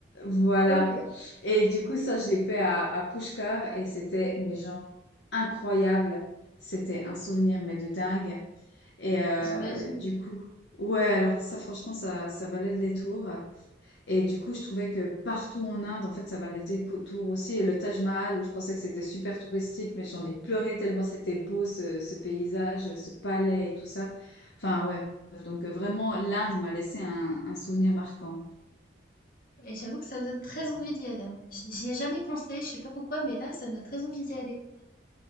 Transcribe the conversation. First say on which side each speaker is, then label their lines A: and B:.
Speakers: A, on the left (about 65°); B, on the left (about 50°).
A: voilà.
B: Ok.
A: Et du coup, ça, je l'ai fait à, à Pushkar et c'était, mais genre, incroyable. C'était un souvenir, mais de dingue. Et euh,
B: j'imagine.
A: du coup, ouais, alors ça, franchement, ça, ça valait le détour. Et du coup, je trouvais que partout en Inde, en fait, ça valait autour aussi. Et le Taj Mahal, où je pensais que c'était super touristique, mais j'en ai pleuré tellement c'était beau ce, ce paysage, ce palais et tout ça. Enfin, ouais. Donc, euh, vraiment, l'Inde m'a laissé un, un souvenir marquant.
B: Et j'avoue que ça me donne très envie d'y aller. hein. J- J'y ai jamais pensé, je sais pas pourquoi, mais là, ça me donne très envie d'y aller.